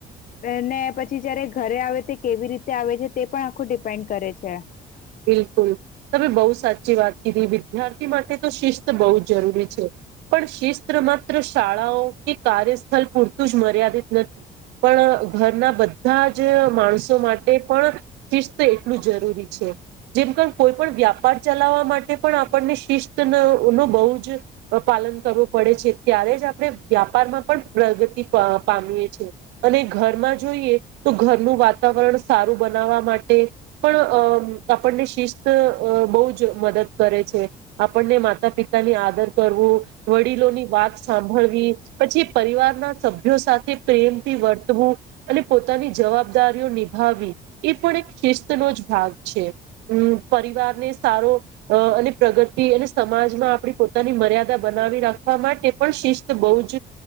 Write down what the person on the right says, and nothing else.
બિલકુલ તમે બહુ સાચી વાત કીધી વિદ્યાર્થી માટે તો શિસ્ત બહુ જ જરૂરી છે. પણ શિસ્ત્ર માત્ર શાળાઓ કે કાર્યસ્થળ પૂરતું જ મર્યાદિત નથી. પણ ઘરના બધા જ માણસો માટે પણ શિસ્ત એટલું જરૂરી છે. જેમ કોઈ પણ વ્યાપાર ચલાવવા માટે પણ આપણને શિસ્ત નો બહુ જ. પાલન કરવું પડે છે ત્યારે જ આપણે વ્યાપારમાં પણ પ્રગતિ પામીએ છી અને. ઘરમાં જોઈએ તો ઘરનું વાતાવરણ સારું બનાવવા માટે પણ અ. આપણને શિસ્ત બહુ જ મદદ કરે છે આપણને માતા પિતા ની આદર કરવો. વડીલોની વાત સાંભળવી પછી પરિવારના સભ્યો સાથે પ્રેમથી વ. અને પોતાની જવાબદારીઓ નિભાવી એ પણ એક શિસ્તનો જ ભાગ છે. હમ પરિવાર ને સારો અને પ્રગતિ અને સમાજમાં આપણી પોતાની મર્યાદા. બના રાખવા માટે પણ શિસ્ત બહ જ